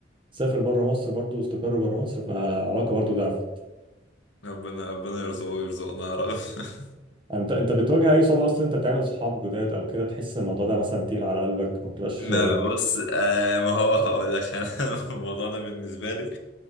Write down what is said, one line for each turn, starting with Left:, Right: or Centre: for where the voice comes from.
Right: سافر بره مصر برضو واستقر بره مصر فالعلاقه برضو ضعفت
Left: ربنا ربنا يرزقه ويرزقنا يا رب <laughs>
Right: يعني انت انت بتواجه اي صعوبه اصلا انت تعمل صحاب جداد او كده تحس الموضوع ده مثلا تقيل على قلبك ما بتبقاش
Left: ما بص آه ما هو هقول لك انا <laughs> الموضوع ده بالنسبه لي